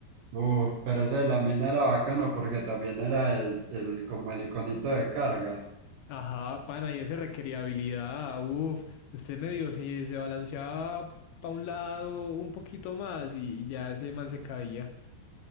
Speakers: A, on the right (about 65°); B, on the left (about 75°).
A: Uh, pero ese de la mina era bacano porque también era el, el como el iconito de carga.
B: Ajá, pana, y ese requería habilidad. Uf, usted medio se, se balanceaba para un lado un poquito más y, y ya ese man se caía.